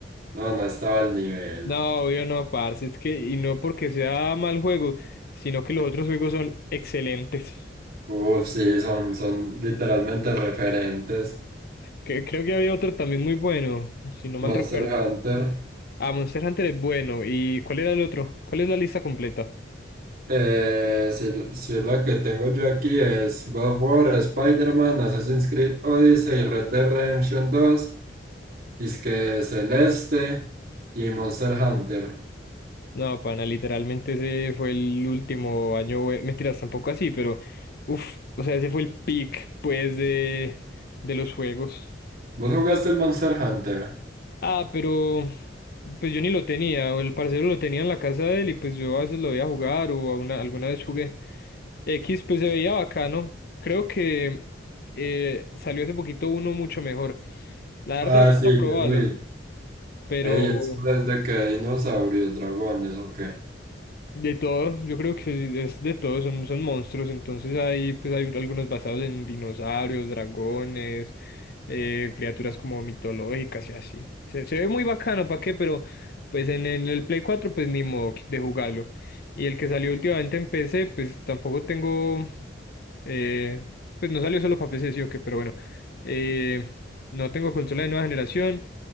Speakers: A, on the right; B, on the left.
A: no, no estaba al nivel.
B: No, obvio no, parce, es que, y no porque sea mal juego, sino que los otros juegos son excelentes.
A: Uf, sí, son, son literalmente referentes.
B: Que, creo que había otro también muy bueno, si no mal
A: Monster
B: recuerdo.
A: Hunter.
B: Ah, Monster Hunter es bueno. ¿Y cuál era el otro? ¿Cuál es la lista completa?
A: Eh, si, si es la que tengo yo aquí es God of War, Spider-Man, Assassin's Creed Odyssey, Red Dead Redemption 2, es que Celeste y Monster Hunter.
B: No, pana, literalmente ese fue el último año, bue- mentiras, tampoco así, pero uff, o sea, ese fue el peak, pues, de, de los juegos.
A: ¿Vos jugaste el Monster Hunter?
B: Ah, pero pues yo ni lo tenía, o el parcero lo tenía en la casa de él y pues yo a veces lo veía jugar o a una- alguna vez jugué. X, pues se veía bacano. Creo que eh, salió hace poquito uno mucho mejor. La verdad,
A: Ah,
B: aguanta
A: sí,
B: probarlo,
A: yo lo vi.
B: Mm. pero
A: Ey, eso es de que hay dinosaurios, dragones o qué.
B: De todo, yo creo que es de todo, son, son monstruos, entonces hay, pues hay algunos basados en dinosaurios, dragones, eh, criaturas como mitológicas y así. Se, se ve muy bacano, ¿para qué? Pero pues en, en el Play 4 pues ni modo de jugarlo. Y el que salió últimamente en PC pues tampoco tengo, eh, pues no salió solo para PC, sí o qué, pero bueno, eh, no tengo consola de nueva generación